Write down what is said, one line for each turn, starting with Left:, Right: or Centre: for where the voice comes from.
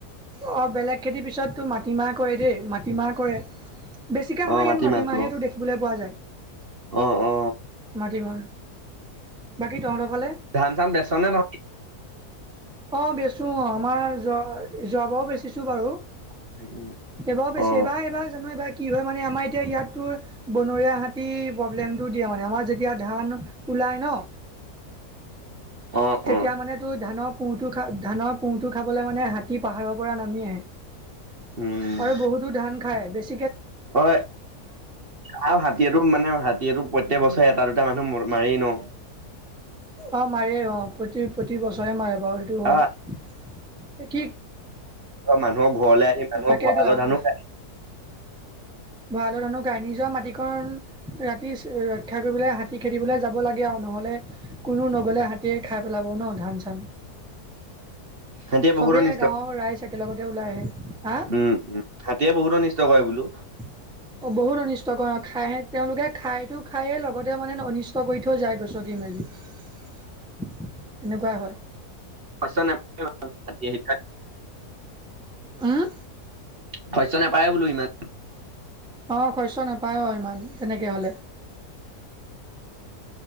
Centre: অ, বেলেগ খেতিৰ পিছততো মাটিমাহ কৰে দেই মাটিমাহ কৰে। বেছিকৈ আমাৰ
Right: অ
Centre: ইয়াত
Right: মাটিমাহটো
Centre: মাটিমাহেটো দেখিবলৈ পোৱা যায়।
Right: অ অ
Centre: মাটিমাহ বাকী তহঁতৰ ফালে
Right: ধান চান বেচনে ন
Centre: অ, বেচো অ, আমাৰ য যোৱাবাৰও বেছিছো বাৰু
Right: নহয়
Centre: এইবাৰও বেছি
Right: অ
Centre: এইবাৰ - এইবাৰ জানো এইবাৰ কি হয় মানে আমাৰ এতিয়া ইয়াততো বনৰীয়া হাতী প্ৰব্লেমটো দিয়ে মানে আমাৰ যেতিয়া ধান ওলাই ন।
Right: অ
Centre: তেতিয়া
Right: অ
Centre: মানে তোৰ ধানক টো খা ধানৰ কুহটো খাবলৈ মানে হাতী পাহাৰৰ পৰা নামি আহে।
Right: উম
Centre: আৰু বহুতো ধান খায় বেছি
Right: অ, আৰু হাতীয়েটো মানে হ তিটো প্ৰত্যেক বছৰে এটা দুটা মানুহ মাৰি ন।
Centre: অ মাৰে অ, প্ৰতি - প্ৰতি বছৰে মাৰে বাৰু সেইটো হয়।
Right: আহ
Centre: কি
Right: মানুহৰ ঘৰলৈ আহি মানুহৰ
Centre: তাকেতো
Right: ভৰালৰ ধানো খাই।
Centre: ভৰালত আানুো গাই নি যোৱা মাটিকন ৰাতি ৰক্ষা কৰিবলৈ হাতী খেদিবলৈ যাব লাগে আৰু ন। হ'লে কোনো নগলে হাতীৰ খাক ওলাব ন ধান চান
Right: হাতীয়ে বহুত
Centre: চবেই
Right: অনিষ্ট
Centre: গাৱৰ ৰাইজ একেলগতে ওলাই আহে। হা
Right: উম - উম হাতীয়ে বহুতো অনিষ্ট কৰে বোলো।
Centre: অ, বহুত অনিষ্ট কৰ খাই তেওলোকে খাইতো খাইে লগতে মানে অনিষ্ট কৰি থৈ যায় গৈ। চটি মেলি এনেকুৱাই হয়।
Right: <unintelligible>
Centre: উম,
Right: শস্য নাপায় বোলো ইমান।
Centre: অ, শস্য নাপায় অ, ইমান তেনেকে হলে।